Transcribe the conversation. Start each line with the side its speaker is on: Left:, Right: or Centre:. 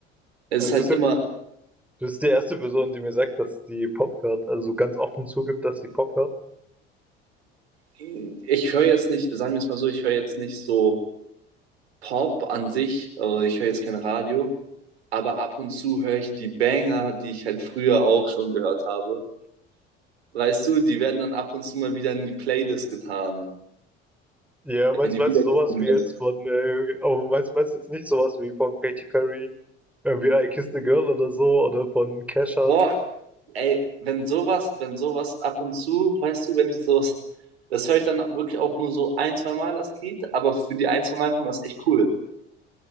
Right: Es
Centre: Also
Right: ist
Centre: du
Right: halt
Centre: bist jetzt,
Right: immer,
Centre: du bist die erste Person, die mir sagt, dass die Pop hört. Also so ganz offen zugibt, dass die Pop hört.
Right: ich höre jetzt nicht, sagen wir es mal so, ich höre jetzt nicht so Pop an sich, also ich höre jetzt kein Radio, aber ab und zu höre ich die Banger, die ich halt früher auch schon gehört habe. Weißt du, die werden dann ab und zu mal wieder in die Playlist getan,
Centre: Ja, meinst,
Right: wenn die
Centre: meinst
Right: wiedergefunden
Centre: du sowas wie jetzt
Right: werden.
Centre: von, äh, aber meinst, meinst du jetzt nicht sowas wie von Katy Perry, irgendwie I Kissed a Girl oder so, oder von Kesha?
Right: Boah, Ey, wenn sowas, wenn sowas ab und zu, weißt du, wenn ich sowas, das höre ich dann wirklich auch nur so ein, zwei Mal das Lied, aber für die ein, zwei Mal kommt das echt cool.